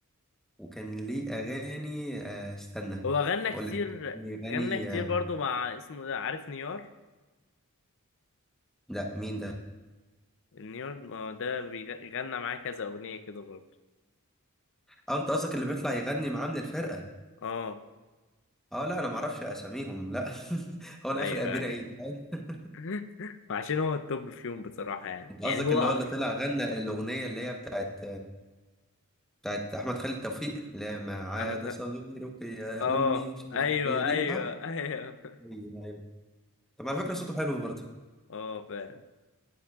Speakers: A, in the centre; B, on the left.
A: وكان ليه اغاني آه استنى
B: هو غنى كتير
A: اقول لك يغني
B: غنى كتير
A: آه
B: برضه مع اسمه ده عارف نيار
A: لا مين ده
B: نيار ما هو ده بيغنى معاه كذا أغنية كده برضه
A: اه انت قصدك اللي بيطلع يغني معاه من الفرقه
B: اه
A: اه لا انا ما اعرفش اساميهم لا <laughs> هو انا
B: ايوه
A: اخر امير
B: ايوه
A: عيد فاهم؟
B: <laughs> وعشان هو التوب فيهم بصراحة يعني
A: انت
B: يعني
A: قصدك
B: هو
A: اللي هو اللي طلع غنى الاغنيه اللي هي بتاعت بتاعت احمد خالد توفيق لا ما عاد
B: أحمد
A: صغيرك يا
B: اه
A: امي مش
B: ايوه
A: عارف إيه. هي دي
B: ايوه
A: صح
B: ايوه
A: ايوه أيوة. طب على فكرة صوته حلو برضه
B: اه فعلا